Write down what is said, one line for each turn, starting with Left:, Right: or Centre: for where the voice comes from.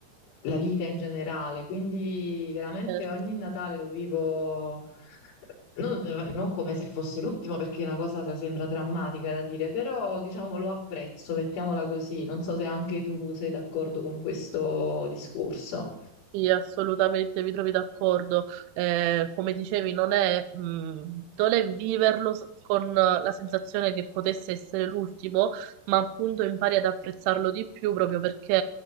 Left: la vita in generale, quindi veramente
Right: Eh,
Left: ogni Natale lo vivo non, non come se fosse l'ultimo, perché è una cosa se- sembra drammatica da dire, però diciamo lo apprezzo, mettiamola così, non so se anche tu sei d'accordo con questo discorso.
Right: sì, assolutamente, vi trovi d'accordo. Eh, come dicevi, non è, mh, non è viverlo s- con eh, la sensazione che potesse essere l'ultimo, ma appunto impari ad apprezzarlo di più proprio perché